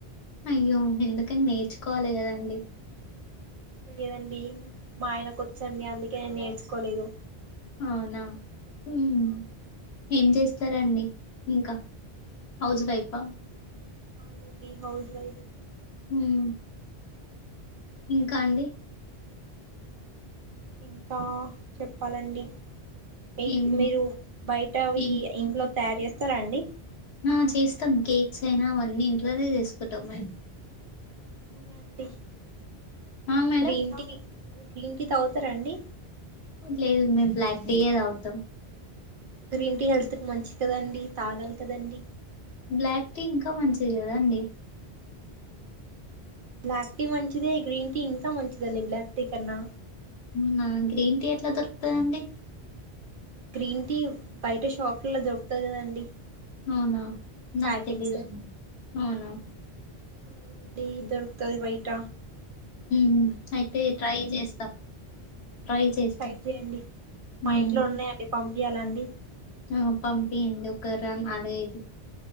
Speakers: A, on the left; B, on the right.
A: అయ్యో ఎందుకని నేర్చుకోవాలి కదండి
B: లేదండి మా ఆయనకు వచ్చండి అందుకే నేను నేర్చుకోలేదు
A: అవునా మ్మ్....
B: అవునండి
A: ఏం చేస్ సరే అండి ఇంకా హౌస్ వైఫా
B: అవునండి హౌస్ వైఫ్
A: హ్మ్ ఇంకా అండి
B: ఇంకా చెప్పాలండి మీకు
A: ఏం
B: మీరు బయట
A: ఏం
B: ఈ ఇంట్లో తయారు చేత్తర అండి
A: ఆ చేస్తాం కేక్స్ అయినా అవన్నీ ఇంట్లోనే చేసుకుంటాం మేము
B: అవునా అండి
A: ఆ madam
B: green tea green tea తాగుతార అండి
A: లేదు మేము బ్లాక్ టీ యే తాగుతాం
B: గ్రీన్ టీ హెల్త్ మంచి కదండి తాగాలి కదండీ
A: బ్లాక్ టీ ఇంకా మంచిది కదండి
B: బ్లాక్ టీ మంచిదే గ్రీన్ టీ ఇంకా మంచిదండి బ్లాక్ టీ కన్నా
A: ఊనా గ్రీన్ టీ ఎట్లా దొరుకుతదండి
B: గ్రీన్ టీ బయట షాపుల్లో దొరుకుత కదండి
A: అవునా నాకు
B: ప్యాకెట్స్
A: తెలిదం అవునా
B: అవునండి ఇ దొరుకుతది బయట
A: మ్ అయితే ట్రై చేస్తాం ట్రై చేస్తాం
B: టై చేయండి మా
A: ఉమ్
B: ఇంట్లో ఉన్నాయండి పం ఇయాల అండి
A: ఆ పంపియండి ఒకరన్న అనేది